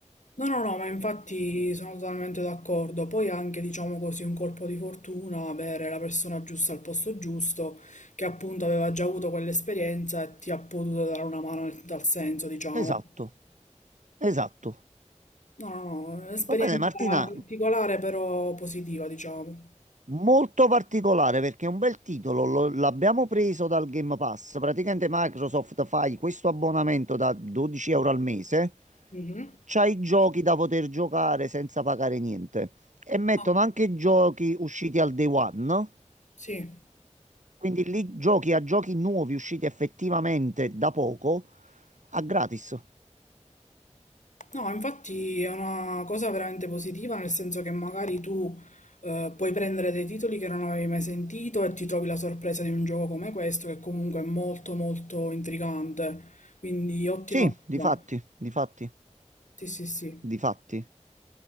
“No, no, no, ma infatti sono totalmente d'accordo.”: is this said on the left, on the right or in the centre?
Left